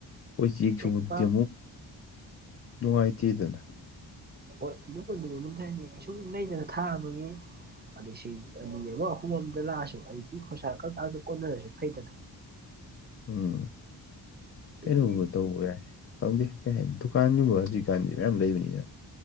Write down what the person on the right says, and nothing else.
ꯑꯩ ꯄꯥꯝ
ꯍꯣꯏ ꯑꯗꯨꯗꯨꯗꯤꯉꯣꯟꯁ ꯍꯥꯏꯗꯤ ꯁꯨꯝ ꯂꯩꯗꯅ ꯊꯥꯕꯒꯤ ꯂꯤꯁꯤꯡ ꯑꯅꯤ ꯑꯃ ꯑꯍꯨꯝ ꯑꯃꯗ ꯂꯥꯛꯑꯁꯨ ꯑꯩꯒꯤ ꯈꯣꯟꯁꯥ ꯈꯛꯛꯇꯗ ꯀꯣꯟꯅꯔꯁꯨ ꯐꯩꯗꯅ
ꯍꯥꯏꯗꯤ